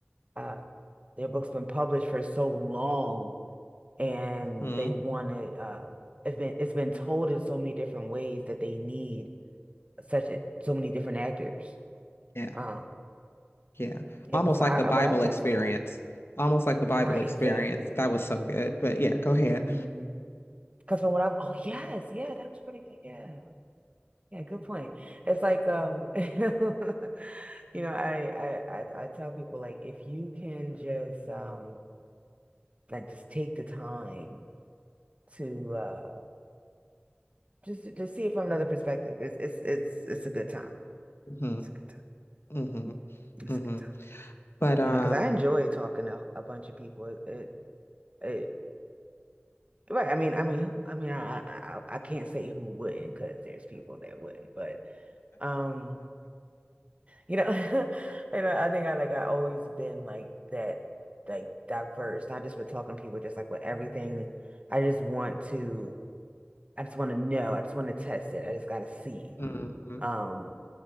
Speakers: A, on the right; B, on the left.
A: uh, their books been published for so long, and
B: mhm.
A: they want to. Uh, it's been it's been told in so many different ways that they need such a, so many different actors.
B: Yeah.
A: Um,
B: Yeah.
A: yeah,
B: Almost
A: because
B: like the Bible
A: what I've been
B: experience.
A: told,
B: Almost like the Bible
A: right?
B: experience.
A: Exactly.
B: That was so good. But yeah, go ahead.
A: Mm-hmm. Because when I have oh yes, yeah, that was pretty good. Yeah. Yeah, good point. It's like um <laughs> you know, you know, I, I I I tell people like if you can just um like just take the time to uh just to to see it from another perspective. It's it's it's it's a good time.
B: hmm
A: It's a good time.
B: hmm
A: It's
B: hmm
A: a good time.
B: But um,
A: You know, because I enjoy talking to a bunch of people. It, it, it right. I mean, I mean, who- I mean, I I I I can't say who wouldn't because there's people that wouldn't, but. Um, You know, <laughs> you know, I think I like I always been like that, like diverse, not just with talking to people, just like with everything. I just want to, I just want to know. I just want to test it. I just got to see,
B: hmm
A: um,